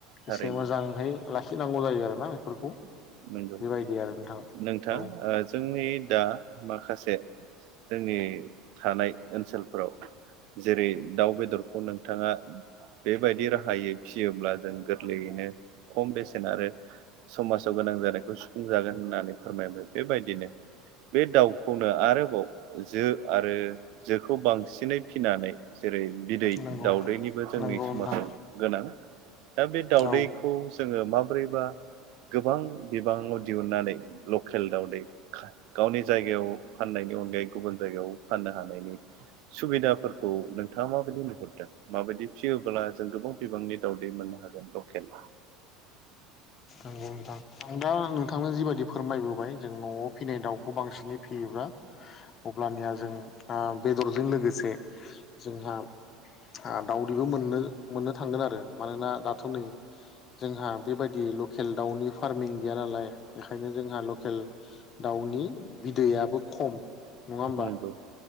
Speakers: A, on the right (about 60°); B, on the left (about 40°).
A: थारैनो
B: एसे मोजांहै लाखिनांगौ जायो आरोना बेफोरखौ।
A: नंगौ
B: बेबायदि आरो नोंथां
A: नोंथां
B: औ
A: ओ जोंनि दा माखासे जोंनि थानाय ओनसोलफोराव जेरै दाउ बेदरखौ नोंथाङा बेबायदि राहायै फियोब्ला जों गोरलैयैनो खम बेसेन आरो समाज साव गोनां जानायखौ सुफुंजागोन होननानै फोरमायबाय बेबायदिनो बे दाव खौनो आरोबाव जो आरो जोखौ बांसिनै फिनानै जेरै बिदै
B: नंगौ
A: दाउदैनिबो जोंनि
B: नंगौ
A: समाजाव
B: नोंथां
A: गोनां दा बे दाउदै
B: औ
A: खौ जोङो माबोरैबा गोबां बिबाङाव दिहुनन्नानै लकेल दावदै गावनि जायगायाव फाननायनि अनगायै गुबुन जायगायाव फाननो हानायनि सुबिदाफोर- खौ नोंथाङा माबायदि नुहरदों माबायदि फिसियोब्ला जों गोबां बिबांनि दावदै मोननो हागोन लकेल
B: नंगौथां आं दा नोंथांनो जिबायदि फोरमायबोबाय जों न'आव फिनाय दाउखौ बांसिनै फैयोब्ला अब्लानिया जों ओ बेदरजों लोगोसे जोंहा दावदैबो मोननो मोननो थांगोन आरो। मानोना दाथ' नै जोंहा बेबायदि लकेल दाउनि फार्मिं गैया नालाय बेखायनो जोंहा लकेल दाउनि बिदैयाबो खम नङा होमबा?
A: नंगौ